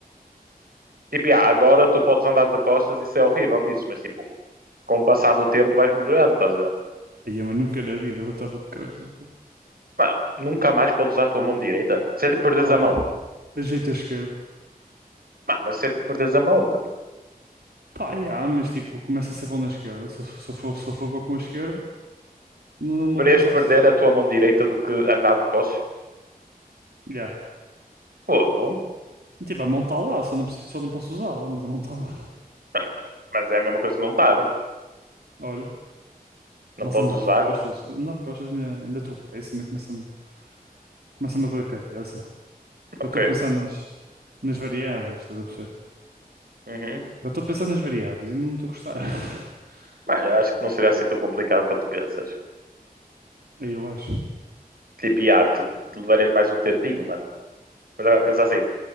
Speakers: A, on the right; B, on the right.
A: Tipo, ah, agora tu podes andar de costas e isso é horrível nisso, mas tipo, com o passar do tempo vais melhorando, estás a ver?
B: Aí, mas nunca na vida eu andava de costas. bro.
A: Mano, nunca mais podes usar a tua mão direita. Isso é tipo perderes
B: Olha,
A: a mão.
B: ajeito a esquerda.
A: Mano, mas isso é tipo perderes a mão, mano.
B: Pá, yeah, mas tipo, começa a ser bom na esquerda. Se eu se eu for, se eu for bom com a esquerda, não, não vou
A: Deverias
B: começar
A: perder
B: a por.
A: a tua mão direita do que andar de costas?
B: Yeah.
A: Fogo.
B: Tipo, a mão está lá, só não preciso, só não posso usá-la, mas a mão está lá.
A: Mano, Mas é a mesma coisa que não estar.
B: <laughs> Olha,
A: Não
B: mas
A: podes
B: andar
A: usar.
B: de costas, andar de costas ainda, ainda tropeço, ainda começa-me começa-me a dor a cabeça.
A: Ok.
B: Já estou a pensar nas, nas variáveis, estás a perceber?
A: Uhum.
B: Já estou a pensar nas variáveis e não estou a gostar. <laughs>
A: Mano, eu acho que não seria assim tão complicado quanto pensas.
B: Aí eu acho.
A: Tipo, ah, tu tu levarias mais um tempinho, mano. Mas agora pensa assim,